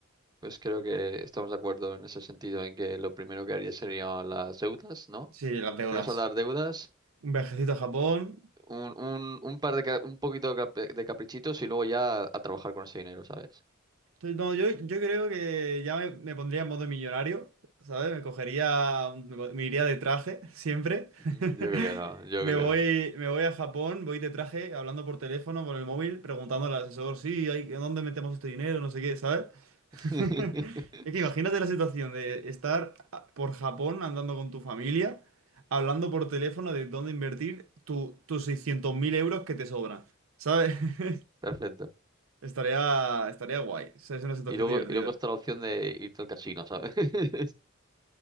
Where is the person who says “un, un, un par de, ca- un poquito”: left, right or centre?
Right